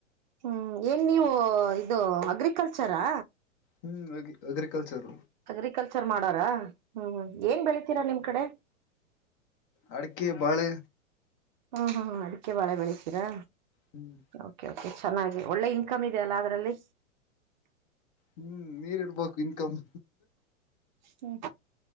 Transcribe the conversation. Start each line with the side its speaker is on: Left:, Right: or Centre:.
Right: ಹ್ಮ್ ಏನ್ ನೀವು ಇದು ಅಗ್ರಿಕಲ್ಚರಾ
Left: ಹ್ಮ್ ಅಗ್ರಿಕಲ್ಚರ್
Right: ಅಗ್ರಿಕಲ್ಚರ್ ಮಾಡೂರಾ ಹ್ಮ್ ಹ್ಮ್ ಏನ್ ಬೆಳಿತೀರಾ ನಿಮ್ ಮ್ಮ ಕಡೆ
Left: ಅಡಕೆ ಬಾಳೆ
Right: ಹ್ಮ್ ಹ್ಮ್ ಹ್ಮ ಅಡಿಕೆ ಬಾಳೆ ಬೆಳಿತೀರಾ
Left: ಹ್ಮ್
Right: ಓಕೆ ಚೆನ್ನಾಗಿ ಒಳ್ಳೆ ಇನ್ಕಮ್ ಇದೆ ಅಲ್ಲ ಅದ್ರಲ್ಲಿ
Left: ಹ್ಮ್ ನೀರಿ ಇಡ್ಬೇಕು ಇನ್ಕಮ್
Right: ಹ್ಮ್